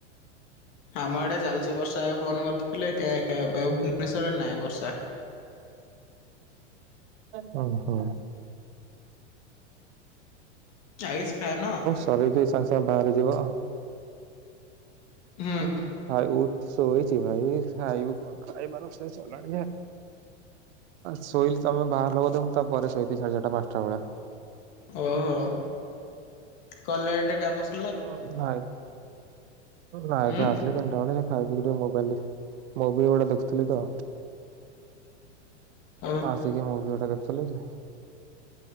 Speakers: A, on the left (about 50°); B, on the right (about 65°).
A: ଆମ ଆଡେ ଚାଲିଛି ବର୍ଷା ଫୋନ କରିୁଥିଲେ କେ କେ ପେ ଭୁବନେଶ୍ଵରରେ ନାହିଁ ବର୍ଷା।
B: ହଁ ହଁ <unintelligible>
A: ଆଉ କିଛି ଖାଇନ।
B: କରିକି ସାଙ୍ଗେ ସାଙ୍ଗେ ବାହାରିଯିବ।
A: ହୁଁ।
B: ଭାଇ ଶୋଇଛି ଭାଇ କଣ ଖାଇବାର ସେ ଚଲାଣି <inaudible> ଶୋଇଲି ତମେ ବାହାରଲ ବୋଧେ ମୁଁ ତାପରେ ଶୋଇଥିବି ସାଢେ ଚାରଟା ପାଞ୍ଚଟା ବେଳେ।
A: ଓହୋ କ ଲେଟ୍ କାମସ୍
B: ଓହୋ ନାଇ ନାଇଟି
A: ହୁଁ
B: ରେ ଆସିଲି ତିନିଟା ବେଳେ। ଖାଇ ପିଇ ଟିକେ ମୋବାଇଲି ମୁଭି ଗୁଡା ଦେଖୁଥିଲି ତ।
A: ଓ
B: ଆସିକି ମୁଭି ଗୁଡା ଦେଖୁଥିଲି ଟି।